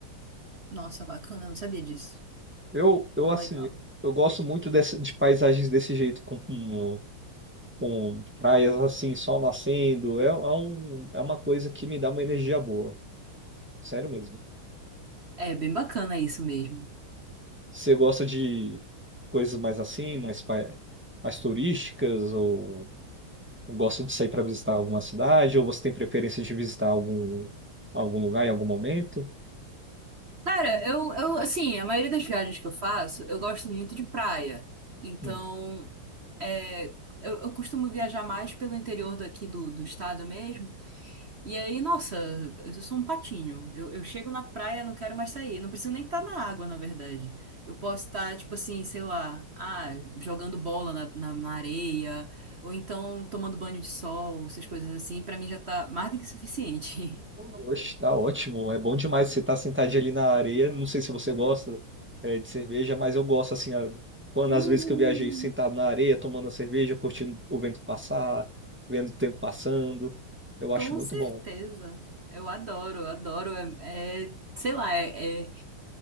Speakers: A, on the right; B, in the centre.
A: Nossa, bacana, eu não sabia disso.
B: Eu, eu
A: É
B: assim,
A: Legal.
B: eu gosto muito dessa- de paisagens desse jeito, com, com- com praias assim, sol nascendo. É, é um, é uma coisa que me dá uma energia boa. Sério mesmo.
A: É bem bacana isso mesmo.
B: Você gosta de coisas mais assim, mais, pai- mais turísticas, ou gosta de sair para visitar alguma cidade, ou você tem preferência de visitar algum, algum lugar em algum momento?
A: Cara, eu, eu, assim, a maioria das viagens que eu faço, eu gosto muito de praia. Então,
B: Hum.
A: é, eu, eu costumo viajar mais pelo interior daqui do, do estado mesmo. E aí, nossa, eu sou um patinho. Eu, eu chego na praia, não quero mais sair. Não preciso nem estar na água, na verdade. Eu posso estar, tipo assim, sei lá, ah, jogando bola na, na, na areia, ou então tomando banho de sol, essas coisas assim. Pra mim já tá mais do que suficiente. <laughs>
B: Oxe, tá ótimo. É bom demais você estar sentadinho ali na areia. Não sei se você gosta, eh, de cerveja, mas eu gosto assim. a- Quando
A: Hum.
B: às vezes que eu viajei sentado na areia, tomando a cerveja, curtindo o vento passar, vendo o tempo passando. Eu acho
A: Com
B: muito
A: certeza.
B: bom.
A: Eu adoro, eu adoro. É, é, sei lá, é, é,